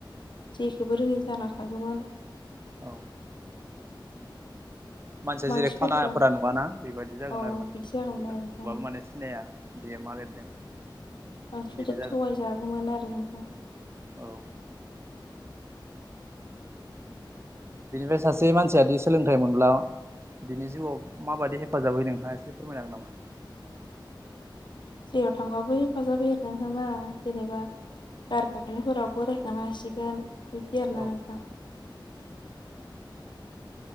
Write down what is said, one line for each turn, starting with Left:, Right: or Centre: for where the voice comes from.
Left: जेखोबो रोङि जाना थागौमोन
Right: औ मानसिया
Left: मानसिफोरजों
Right: जेरै खानाफोरा नुवाना बेबायदि जागोन
Left: औ
Right: आरो ना
Left: बिदि जागौमोन
Right: नुबाबो
Left: आरो नोंथां
Right: माने सिनाया बेयो मा लिरदों
Left: मानसिफोरजों
Right: बिदि जागोन
Left: थगायजागौमोन आरो नोंथां
Right: औ बिनिफ्राय सासे मानसियादि सोलोंथाइ मोनब्ला बिनि जिउआव माबायदि हेफाजाब होयो नोंथाङा एसे फोरमायनो हागोन नामा
Left: जेयाव थांबाबो हेफाजाब होयो आरो नोंथां ना जेनेबा गारि गाखोनायफोरावबो रोगानो हासिगोन बिदि आरोना
Right: औ
Left: नोंथां